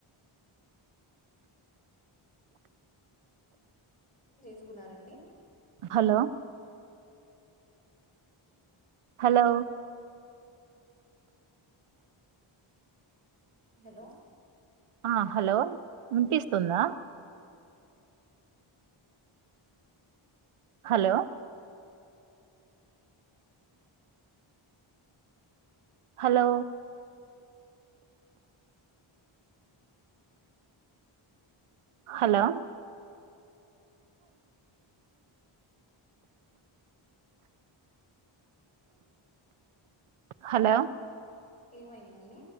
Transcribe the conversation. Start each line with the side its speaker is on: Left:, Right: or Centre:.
Left: చుకున్నారండి
Right: హలో హలో
Left: హలో
Right: ఆ హలో వినిపిస్తుందా హలో హలో హలో హలో
Left: ఏమైందండి